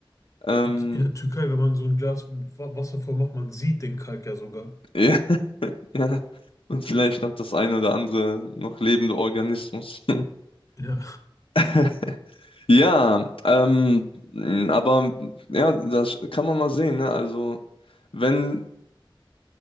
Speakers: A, on the left; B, on the left.
A: Ähm,
B: In, in der Türkei, wenn man so ein Glas Wa- Wasser voll macht, man sieht den Kalk ja sogar.
A: ja, <laughs> ja. Und vielleicht noch das ein oder andere noch lebende Organismus.
B: Ja,
A: <laughs> Ja, ähm, aber ja, das kann man mal sehen, ne? Also wenn,